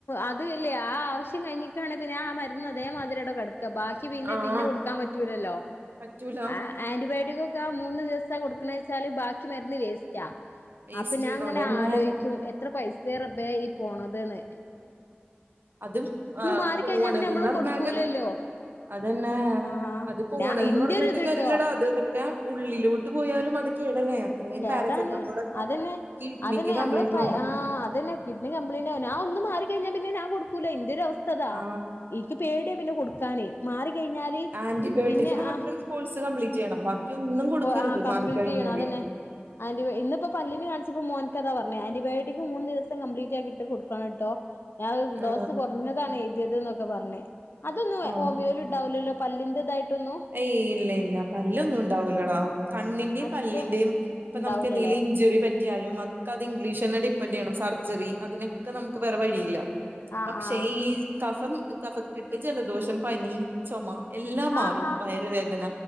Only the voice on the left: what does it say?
അതല്ലേ ആ ആവശ്യം കഴിട്ടാണ് പിന്നെ ആ മരുന്ന് അതേമാതിരി അവിടെ കിടക്കുക ബാക്കി,, പിന്നെ
പിന്നെ കൊടുക്കാൻ പറ്റൂലല്ലോ
ആഹ് ആന്റിബയോട്ടിക് ഒക്കെ ആ മൂന്ന് ദിവസ കൊടുക്കണ വെച്ചാല് ബാക്കി മരുന്ന് വേസ്റ്റ്റ്റാ.
അപ്പൊ ഞാൻ അങ്ങനെ
ആലോചിക്കും എത്ര പൈസ റബേ ഈ പോണതന്ന്
മാറിക്കഴിഞ്ഞാ
പിന്നെ നമ്മളും
കൊടുക്കൂലല്ലോ
ആ
ഞാ ഇന്റെ
ഒരു ഇതിട്ടോ
കേടാണ്
അതന്നെ
അതിന് നമ്മള്ളിപ്പ
ആ അതിന് കിഡ്നി കംപ്ലിയിന്റവാന് ഞാൻ ഒന്ന് മാറി കഴിഞ്ഞാ പിന്നെഞാൻ കൊടുക്കൂല്ല ഇന്റെ ഒരവ സ്ഥ,,
എനിക്ക് പേടിയ പിന്നെ കൊടുക്കാന് മാറി കഴിഞ്ഞാല്
പിന്നെ
ആ
ആ കംപ്ലീറ്റ്
ചെയ്യണം അതന്നെ ആന്റിബയോ ഇന്ന് ഇപ്പ പല്ലിനെ കാണിച്ചപ്പോ മോൻക് പറഞ്ഞേ ആന്റിബയോിക് മൂന്ന് ദിവസം കംപ്ലീറ്റ് ആയിട്ട് കൊടുക്കണം കേട്ടോ. അത് ഡോസ്
കുറഞ്ഞതാണ് എഴുതിയത് എന്നൊക്കെ പറഞ്ഞേ, അതൊന്നും
ഹോമിയോല ഉണ്ടാവില്ലല്ലോ പല്ലിൻ്റെ തായിട്ടൊന്നു
മറ്റേ
ഉണ്ടാവൂലല്ലേ
ആഹ്
ആഹ്
ആഹ് ആഹ്